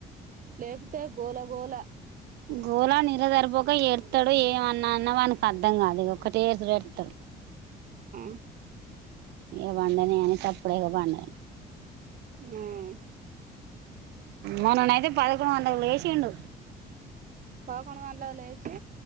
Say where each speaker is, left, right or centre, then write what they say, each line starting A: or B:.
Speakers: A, on the right (about 55°); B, on the right (about 80°).
A: లేపితే గోల గోళ
B: గోలా నిద్ర సరిపోక ఏడతాడు ఏమన్నా అన్న వానికి అర్థం కాదు ఒకటే ఏడుసుడు ఎడతాడు
A: <unintelligible>
B: ఏ పండని అని ఇగా కాక్ సప్పుడిగా పాండ్
A: హ్మ్ హ్మ్
B: మననైతే పదకొండు గంటలకి లేసిండు
A: పదకొండు గంటలకి లేసి